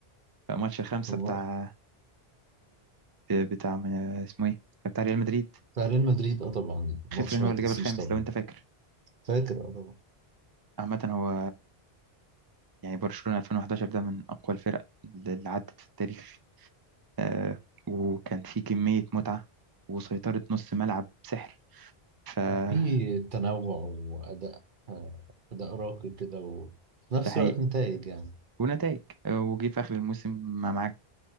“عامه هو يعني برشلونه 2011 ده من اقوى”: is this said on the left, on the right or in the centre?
Right